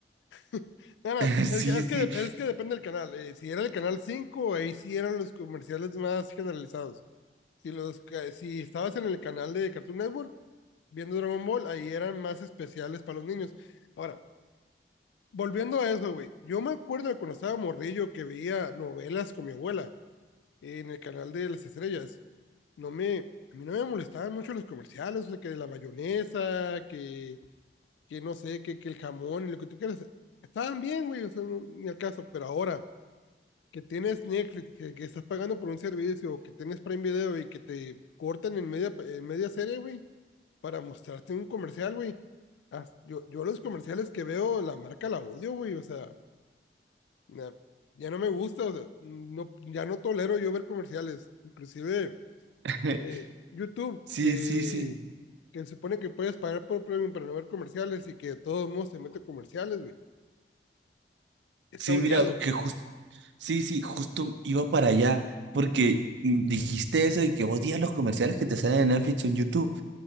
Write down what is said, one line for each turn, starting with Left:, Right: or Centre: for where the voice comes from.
Left: <laughs> No, no,
Right: <laughs> Sí,
Left: es que, es
Right: sí,
Left: que, dep- es que depende del canal. eh, si era el canal cinco ahí sí eran los comerciales más generalizados. Si, los, ca- si estabas en el canal de Cartoon Network viendo Dragon Ball, ahí eran más especiales para los niños. Ahora, volviendo a eso, güey, yo me acuerdo de cuando estaba morrillo que veía novelas con mi abuela en el canal de las estrellas, no me, a mí no me molestaban mucho los comerciales, o sea, que la mayonesa, que, que no sé, que, que el jamón y lo que tú quieras, estaban bien, güey, o sea, no, ni al caso, pero ahora que tienes Netflix, que, que estás pagando por un servicio, que tienes Prime Video y que te cortan en media, en media serie, güey, para mostrarte un comercial, güey. As- Yo, yo los comerciales que veo, la marca la odio, güey, o sea, na- ya no me gusta, o sea, no, ya no tolero yo ver comerciales, inclusive
Right: <laughs>
Left: eh, YouTube,
Right: sí,
Left: que,
Right: sí, sí.
Left: que se supone que puedes pagar por premium para no ver comerciales y que de todos modos se mete comerciales, güey. Está
Right: Sí,
Left: odiado.
Right: mira, que justo, sí, sí, justo iba para allá porque mm, dijiste eso de que odias los comerciales que te salen en Netflix o en YouTube.